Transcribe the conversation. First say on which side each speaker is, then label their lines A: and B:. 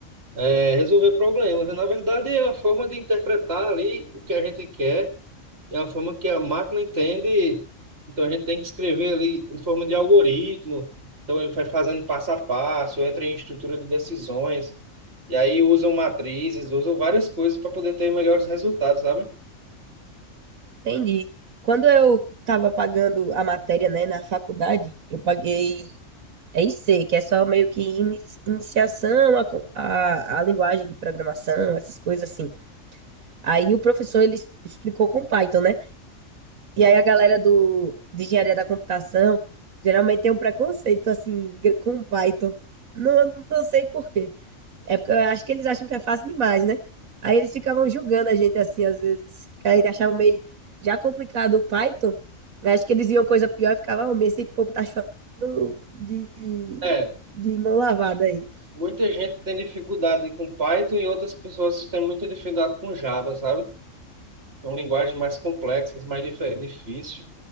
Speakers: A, on the right; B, on the right.
A: eh, resolver problemas. E, na verdade, é uma forma de interpretar ali o que a gente quer, é uma forma que a máquina entende. Então, a gente tem que escrever ali em forma de algoritmo. Então, ele vai fazendo passo a passo, entra em estrutura de decisões. E aí, usam matrizes, usam várias coisas para poder ter melhores resultados, sabe?
B: Entendi. Quando eu estava pagando a matéria, né, na faculdade, eu paguei EIC, que é só meio que ini- iniciação à, co- à, à linguagem de programação, essas coisas assim. Aí o professor, ele es- explicou com Python, né? E aí a galera do, de engenharia da computação geralmente tem um preconceito, assim, gr- com Python. Não, não sei por quê. É porque eu acho que eles acham que é fácil demais, né? Aí eles ficavam julgando a gente assim, às vezes, que a gente achava meio já complicado o Python. Eu Acho que eles iam coisa pior e ficava, oh, esse povo tá chorando de, de,
A: É.
B: de mão lavada aí.
A: Muita gente tem dificuldade com Python e outras pessoas têm muita dificuldade com Java, sabe? São linguagens mais complexas, mais dif difíceis.